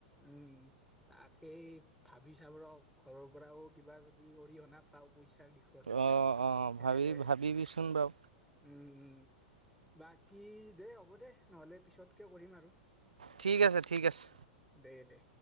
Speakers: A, in the centre; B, on the right.
A: উম তাকেই ভাবি চাব ৰ ঘৰৰ পৰাও কিবা যদি অৰিহণা পাওঁ পইচাৰ দিশত
B: অ অ ভাবি
A: এনেকে
B: ভাবিবিচোন বাৰু
A: উম উম বাকী দেেই হ'ব দে নহলে পিছতকে কৰিম আৰু
B: ঠিক আছে ঠিক আছে
A: দে দে